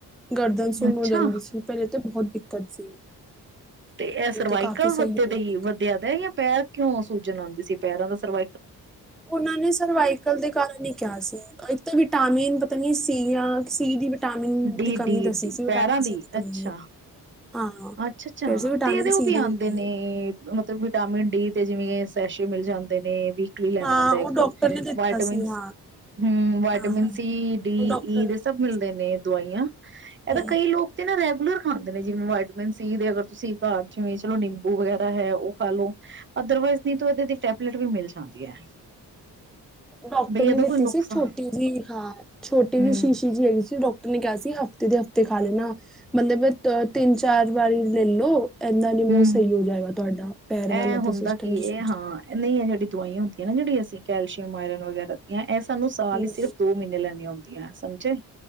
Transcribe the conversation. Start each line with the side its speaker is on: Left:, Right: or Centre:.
Centre: ਗਰਦਨ ਸੁਣੋ
Right: ਅੱਛਾ
Centre: ਜਾਂਦੀ ਸੀ ਪਹਿਲੇ ਤੇ ਬਹੁਤ ਦਿੱਕਤ ਸੀ
Right: ਤੇ
Centre: ਹੁਣ
Right: ਇਹ ਸਰਵਾਈਕਲ
Centre: ਕਾਫ਼ੀ ਸਹੀ
Right: ਵਧ
Centre: ਹੋ ਗਈ ਦਿੱਕਤ
Right: ਵਧਿਆ ਦਾ ਜਾਂ ਪੈਰ ਕਿਉਂ ਸੂਜ ਆਉਂਦੀ ਸੀ ਪੈਰਾਂ ਦਾ ਸਰਵ
Centre: ਉਹਨਾਂ ਨੇ ਸਰਵਾਈਕਲ ਦੇ ਕਾਰਨ ਹੀ ਕਿਹਾ ਸੀ ਇੱਕ ਤਾਂ ਵਿਟਾਮਿਨ <unintelligible> ਵਿਟਾਮਿਨ
Right: ਡੀ
Centre: ਦੀ ਕਮੀ
Right: ਡੀ
Centre: ਦੱਸੀ
Right: ਡੀ
Centre: ਸੀ ਵਿਟਾਮਿਨ
Right: ਪੈਰਾਂ
Centre: ਸੀ ਦੀ ਕਮੀ
Right: ਅੱਛਾ
Centre: ਹਾਂ
Right: ਅੱਛਾ ਅੱਛਾ
Centre: ਫਿਰ ਸੀ ਵਿਟਾਮਿਨ
Right: ਤੇ ਇਹਦੇ ਉਹ
Centre: ਸੀ
Right: ਵੀ
Centre: ਦੀ
Right: ਆਉਂਦੇ
Centre: ਕਮੀ
Right: ਨੇ
Centre: ਹੈ
Right: ਮਤਲਬ ਵਿਟਾਮਿਨ ਡੀ ਜਿਵੇਂ ਸੈਸ਼ੇ ਮਿਲ ਜਾਂਦੇ ਨੇ ਵੀ ਲੈ
Centre: ਹਾਂ
Right: ਹੁੰ ਇੱਕ
Centre: ਉਹ ਡਾਕਟਰ ਨੇ ਦਿੱਤਾ
Right: ਵਟਿਨ
Centre: ਸੀ ਹਾਂ
Right: ਹਮ ਵਟਿਨ
Centre: ਹਾਂ ਹਾਂ
Right: ਸੀ ਡੀ
Centre: ਉਹ ਡਾਕਟਰ
Right: ਈ
Centre: ਨੇ ਦਿੱਤਾ
Right: ਸਭ ਮਿਲਦੇ
Centre: ਸੀ
Right: ਨੇ ਦਵਾਈਆਂ ਇਹ
Centre: ਹਮ
Right: ਕਈ ਲੋਕ ਨਾ ਰੈਗੂਲਰ ਹੁੰਦੇ ਨੇ ਜਿਵੇਂ <unintelligible> ਅਗਰ ਤੁਸੀਂ ਘਰ ਜਿਵੇਂ ਚਲੋ ਨਿੰਬੂ ਵਗੈਰਾ ਹੈ ਉਹ ਖਾ ਲੋ ਅਦਰਵਾਈਜ਼ ਨ ਇਹਦੇ ਟੈਬਲੇਟ ਵੀ ਮਿਲ ਜਾਂਦੀ ਹੈ
Centre: ਡਾਕਟਰ
Right: ਬਈ
Centre: ਨੇ
Right: ਇਹਦਾ
Centre: ਦਿੱਤੀ
Right: ਕੋਈ ਨੁਕਸਾਨ
Centre: ਸੀ ਛੋਟੀ ਜਿਹੀ ਹਾਂ ਛੋਟੀ
Right: ਹੂੰ,
Centre: ਜਿਹੀ ਸ਼ੀਸ਼ੀ ਜਿਹੀ ਹੈਗੀ ਸੀ ਡਾਕ ਨੇ ਕਿਹਾ ਸੀ ਹਫ਼ਤੇ ਦੇ ਹਫ਼ਤੇ ਖਾ ਲੈਣਾ ਮਤਲਬ ਦੋ ਤਿੰਨ ਚਾਰ ਵਾਰੀ ਲੈ ਲੋ ਇੰਨਾ ਨ ਮਤਲਬ
Right: ਹੂੰ
Centre: ਸਹੀ ਹੋ ਜਾਏਗਾ ਤੁਹਾਡਾ ਪੈਰ ਵਾਲ
Right: ਇਹ
Centre: ਤੇ
Right: ਹੁੰਦਾ
Centre: ਸਿਸਟਮ
Right: ਕੀ
Centre: ਚ
Right: ਇਹ
Centre: ਸੁਜ
Right: ਹਾਂ
Centre: ਜਾਂਦਿਆ
Right: ਨਹੀਂ ਇਹ ਜਿਹੜੀ ਦਵਾਈਆਂ ਹੁੰਦੀਆਂ ਜਿਹੜੀ ਅਸੀਂ ਕੈਲਸ਼ਅਮ ਆਰਨ ਵਗੈਰਾ ਦੀਆਂ ਇਹ ਸਾਨੂੰ ਸਾਲ ਹੀ
Centre: ਹਮ,
Right: ਸਿਰਫ ਦੋ ਮਹੀਨੇ ਲੈਣੇ ਹੁੰਦੇ ਸਮਝੇ